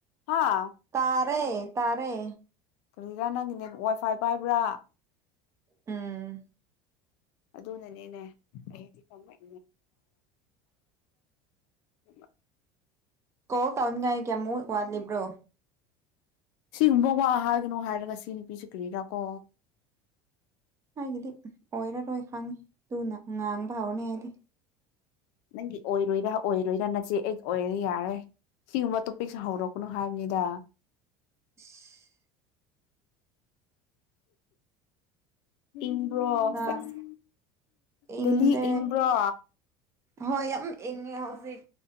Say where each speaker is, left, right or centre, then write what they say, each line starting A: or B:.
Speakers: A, on the left; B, on the right.
A: ꯍꯥ
B: ꯇꯥꯔꯦ ꯇꯥꯔꯦ
A: ꯀꯔꯤꯔꯥ ꯅꯪꯒꯤ ꯅꯦꯠ ꯋꯥꯏ ꯐꯥꯏ ꯄꯥꯏꯕ꯭ꯔꯥ
B: ꯎꯝ
A: ꯑꯗꯨꯅꯅꯤꯅꯦ ꯑꯩꯗꯤ ꯀꯃꯥꯏ <unintelligible> <unintelligible>
B: ꯀꯣꯜ ꯇꯧꯅꯤꯡꯉꯥꯏ ꯀꯌꯥꯃꯨꯛ ꯋꯥꯠꯂꯤꯕ꯭ꯔꯣ
A: ꯁꯤꯒꯨꯝꯕ ꯋꯥ ꯍꯥꯏꯒꯅꯨ ꯍꯥꯏꯔꯒ ꯁꯤ ꯅꯨꯄꯤꯁꯦ ꯀꯔꯤꯔꯥ ꯀꯣ
B: ꯑꯩꯒꯤꯗꯤ ꯑꯣꯏꯔꯔꯣꯏ ꯈꯪꯉꯤ ꯇꯨꯅ ꯉꯥꯡꯕ ꯍꯧꯥꯔꯅꯤ ꯑꯩꯗꯤ
A: ꯅꯪꯒꯤ ꯑꯣꯏꯔꯣꯏꯔꯥ ꯑꯣꯏꯔꯣꯏꯔꯥ ꯅꯆꯦ ꯑꯩꯒꯤ ꯑꯣꯏꯔꯗꯤ ꯌꯥꯔꯦ ꯁꯤꯒꯨꯝꯕ ꯇꯣꯄꯤꯛꯁꯦ ꯍꯧꯔꯛꯀꯅꯨ ꯍꯥꯏꯕꯅꯤꯗ
B: ꯏꯁ
A: ꯏꯪꯕ꯭ꯔꯣ
B: ꯉꯥꯡ
A: ꯁꯦꯁ ꯗꯦꯜꯂꯤ
B: ꯏꯪꯗꯦ
A: ꯏꯪꯕ꯭ꯔꯣ
B: ꯍꯣꯏ ꯌꯥꯝ ꯏꯪꯉꯦ ꯍꯧꯖꯤꯛ